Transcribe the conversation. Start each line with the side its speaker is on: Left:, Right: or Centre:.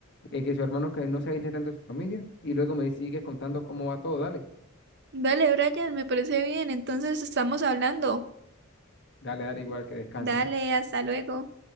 Left: eh, que su hermano que no se aísle tanto de su familia. Y luego me sigues contando cómo va todo. Dale,
Right: Dale, Brian, me parece bien, entonces estamos hablando.
Left: dale, dale igual que descanses.
Right: Dale, hasta luego.